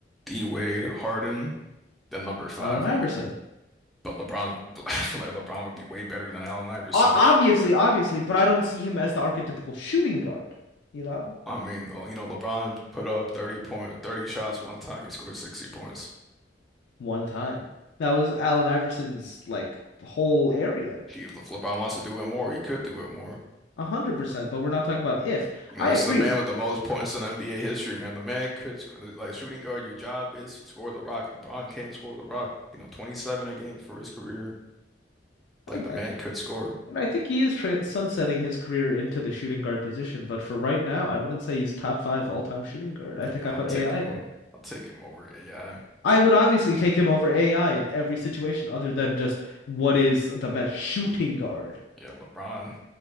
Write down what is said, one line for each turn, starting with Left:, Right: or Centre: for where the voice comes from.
Centre: D Wade, Harden, then number five
Left: Allen Iverson.
Centre: we got. But LeBron, <laughs> I feel like LeBron would be way better than Allen Iverson.
Left: O obviously, obviously, but I don't see him as the archetypical shooting guard, you know?
Centre: I mean, uh, you know, LeBron put up 30 point, 30 shots one time. He scored 60 points.
Left: One time. That was Allen Iverson's like whole area.
Centre: He, if LeBron wants to do it more, he could do it more.
Left: A hundred percent, but we're not talking about if.
Centre: You
Left: I
Centre: know, this
Left: agree.
Centre: is the man with the most points in NBA history, man. The man could score, like shooting guard, your job is to score the rock. LeBron can score the rock. You know, 27 a game for his career. Like
Left: I got
Centre: the man
Left: you.
Centre: could score.
Left: And I think he is tra sunsetting his career into the shooting guard position, but for right now, I wouldn't say he's top five all-time shooting guard. I think
Centre: I'll
Left: I put
Centre: take
Left: AI
Centre: him.
Left: there.
Centre: o- I'll take him over AI.
Left: I would obviously take him over AI in every situation other than just what is the best shooting guard.
Centre: Yeah, LeBron.